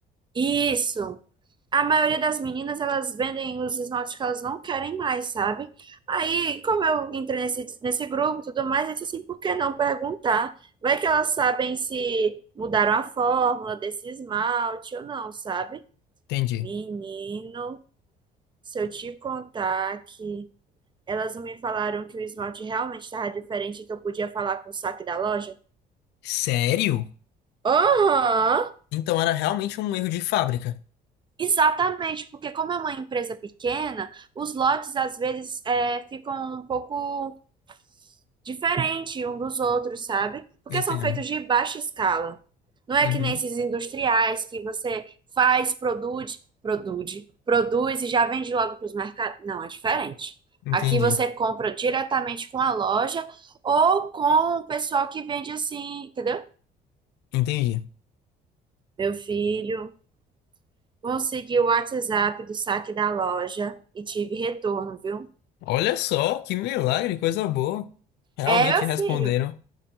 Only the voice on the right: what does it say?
Isso. A maioria das meninas, elas vendem os esmaltes que elas não querem mais, sabe? Aí, como eu entrei nesse, nesse grupo e tudo mais, eu disse assim, por que não perguntar? Vai que elas sabem se mudaram a fórmula desse esmalte ou não, sabe?
Menino, se eu te contar que... Elas me falaram que o esmalte realmente estava diferente e que eu podia falar com o saque da loja.
Aham.
Exatamente, porque como é uma empresa pequena, os lotes às vezes é, ficam um pouco diferente um dos outros, sabe? Porque
são feitos de baixa escala. Não é
que nem esses industriais que você faz, produz, produz, produz e já vende logo para os mercados. Não, é diferente.
Aqui você compra diretamente com a loja ou com o pessoal que vende assim, entendeu?
Meu filho, consegui o WhatsApp do saque da loja e tive retorno, viu?
É, meu
filho.